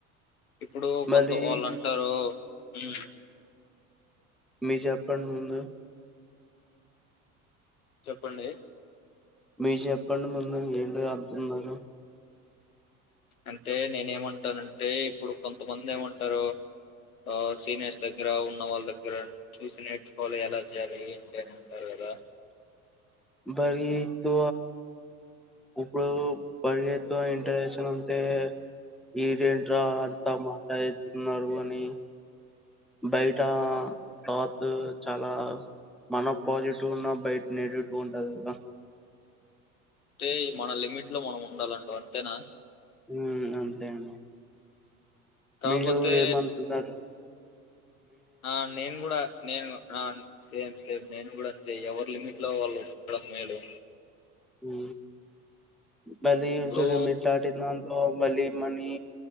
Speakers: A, on the left; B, in the centre.
A: ఇప్పుడు
B: మళ్ళీ
A: కొంత వాళ్ళు అంటారు ఊ
B: మీ చెప్పండి ముందు
A: చెప్పండి
B: మీ చెప్పండి ముందు ఏంటి అపుతున్నారు.
A: అంటే నేనే ఏమంటానంటే, ఇప్పుడు కొంతమంది ఏమంటారు. ఆ సీనియర్స్ దగ్గర ఉన్న వాళ్ళ దగ్గర చూసి నేర్చుకోవాలి. ఎలా చేయాలి ఏంటి, అని అంటారు కదా.
B: బరి ఎత్తు ఇప్పుడు బరిగ ఎత్తు ఇంట్రెషన్ ఉంటే ఈడేంట్రా అంతా మాట్లాడతున్నారు అని బయట రాద్దు చాలా మన పాజిటివ్ ఉన్నా బయట నెగిటివ్ ఉంటది కద
A: అంటే మన లిమిట్ లో మనం ఉండాలంటావ్ అంతేనా
B: ఉ అంతే అండి
A: కాకపోతే
B: మీరు ఏమంతున్నారు
A: ఆ నేను కూడా నేను ఆ సేమ్ సేమ్ నేను కూడా అంతే ఎవరు లిమిట్ లో వాళ్ళుండడం మేలు
B: ఉ మరి
A: ఇప్పుడు
B: లిమిట్ దాటిందంతో మళ్ళి మనీ